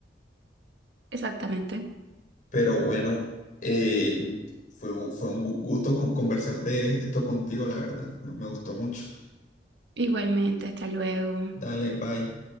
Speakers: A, on the right; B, on the left.
A: exactamente.
B: Pero bueno, eh, fue, un- fue un gu- gusto con- conversar de esto contigo, la verdad. Me me gustó mucho.
A: Igualmente, hasta luego.
B: Dale, bye.